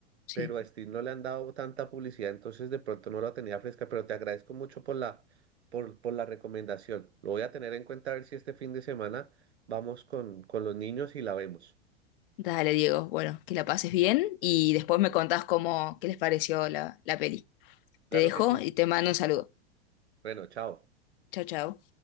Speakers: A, on the left; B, on the right.
A: Sí.
B: pero a Steve no le han dado tanta publicidad, entonces de pronto no la tenía fresca, pero te agradezco mucho por la, por, por la recomendación. Lo voy a tener en cuenta a ver si este fin de semana vamos con, con los niños y la vemos.
A: Dale, Diego. Bueno, que la pases bien y después me contás cómo, qué les pareció la, la peli.
B: Claro
A: Te dejo
B: que sí.
A: y te mando un saludo.
B: Bueno, chao.
A: Chao, chao.